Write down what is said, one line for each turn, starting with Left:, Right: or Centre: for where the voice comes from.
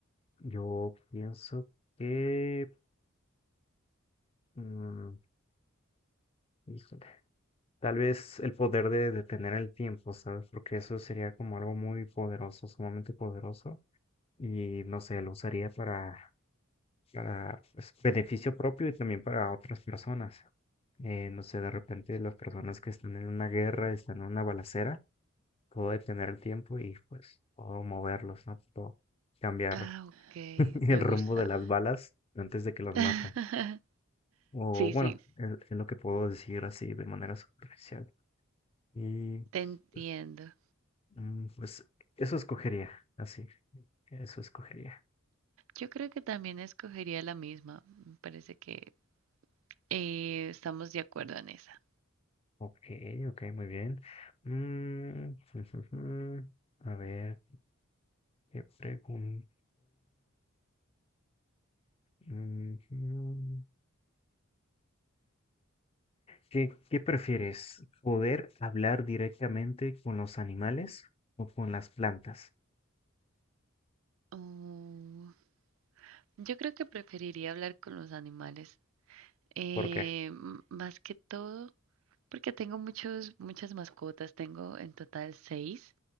Left: Yo pienso que mm, Híjole. Tal vez el poder de detener el tiempo, ¿sabes? Porque eso sería como algo muy poderoso, sumamente poderoso. Y no sé, lo usaría para, para pues, beneficio propio y también para otras personas. Eh, no sé, de repente las personas que están en una guerra, están en una balacera, puedo detener el tiempo y pues puedo moverlos, ¿no? Puedo cambiar
Right: Ah, ok.
Left: <laughs> el
Right: Me
Left: rumbo
Right: gusta.
Left: de las balas antes de que los
Right: <laughs>
Left: maten. O bueno,
Right: Sí, sí,
Left: es, es lo que puedo decir así de manera superficial. Y
Right: te entiendo.
Left: pues, Mm, Pues eso escogería, así, eso escogería.
Right: Yo creo que también escogería la misma. Me parece que Eh, estamos de acuerdo en esa.
Left: Ok, ok, muy bien. Mm, <laughs> A ver, ¿qué pregunta? Ujú. ¿Qué, qué prefieres? ¿Poder hablar directamente con los animales o con las plantas?
Right: Mm, yo creo que preferiría hablar con los animales, eh,
Left: Porque
Right: m- más que todo, porque tengo muchos, muchas mascotas, tengo en total seis,